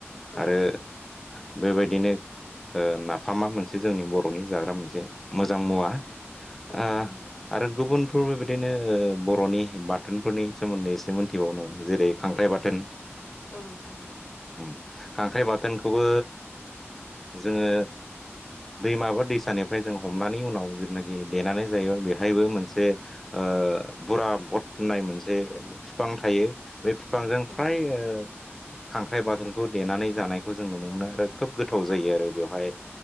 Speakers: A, on the left (about 80°); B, in the centre.
A: औ
B: आरो बेबायदिनो ओ नाफामा मोनसे जोंनि बर'नि जाग्रा मोनसे मोजां मुवा।
A: औ
B: ओ
A: नंगौ
B: आरो गुबुन फोरबो बिदिनो बर'नि बाथोनफोरनि सोमोन्दै एसे मोनथिबावनांगौ जेरै खांख्राइ बाथोन
A: औ नंगौ।
B: उम खांख्राइ बाथोनखौबो जोङो दैमाबा दै सानिफ्राय जों हमनानै उनाव जिथुनाखि देनानै जायो बेहायबो मोनसे ओ बुरा भट होननाय मोनसे बिफां थायो बे बिफांजों
A: औ
B: फ्राय खांख्राइ बाथोनखौ देनानै जानायखौ जों नुनो मोनो आरो खोब गोथाव जायो आरो बेवहाय